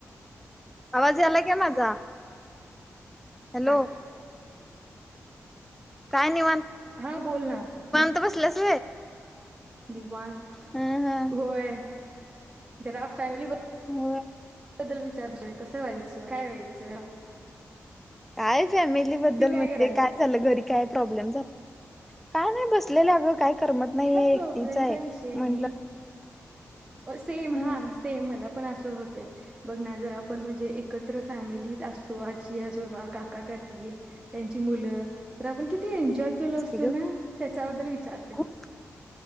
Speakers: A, in the centre; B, on the right.
A: आवाज यायला का माझा हॅलो
B: काय
A: काय निवांत
B: हा बोल ना
A: तू बसल्यास
B: दिवांण
A: हं हं
B: होय जरा अस फॅमिली बदल
A: होय.
B: बद्दल विचारतोय कसं व्हायचं काय व्हायचं?
A: काय फॅमिली बद्दल
B: तू
A: म्हणजे
B: करायल्यास
A: काय झालं घरी काय प्रॉब्लेम झाला का नाही बसलेलं अगं काही करमत नाही
B: काय प्रॉब्लेमचा
A: एकटीच आहे
B: विषय नाही
A: म्हणलं
B: सेम
A: हं
B: हा सेम मला मला पण असंच होतंय बघ ना जर आपण म्हणजे एकत्र फॅमिली असतो आजी आजोबा काका काकी त्यांची मुलं तर आपण किती एन्जॉय केलो
A: असते
B: असतो
A: ग
B: ना त्याच्याबद्दल विचार कर
A: खूप